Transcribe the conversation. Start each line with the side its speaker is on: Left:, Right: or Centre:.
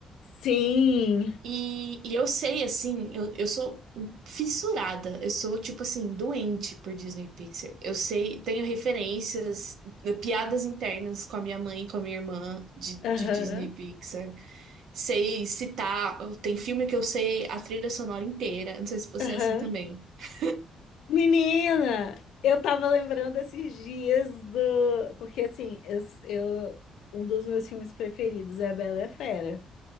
Left: Sim,
Right: E, e eu sei, assim, eu, eu sou fissurada, eu sou, tipo assim, doente por Disney e Pixar. Eu sei, tenho referências, piadas internas com a minha mãe e com a minha irmã de,
Left: aham,
Right: de Disney e Pixar. Sei citar, tem filme que eu sei a trilha sonora inteira. Não sei se você
Left: aham.
Right: é assim também. <laughs>
Left: Menina, eu tava lembrando esses dias do... Porque, assim, eu, eu- um dos meus filmes preferidos é a Bela e a Fera,